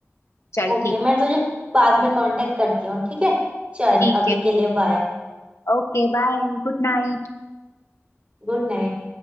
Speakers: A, on the left (about 75°); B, on the right (about 25°).
A: चल
B: ओके
A: ठीक
B: मैं तुझे बाद में कांटेक्ट करती हूँ ठीक है चल
A: ठीक
B: अभी
A: है
B: के लिए बाय
A: ओके बाय गुड नाइट
B: Good night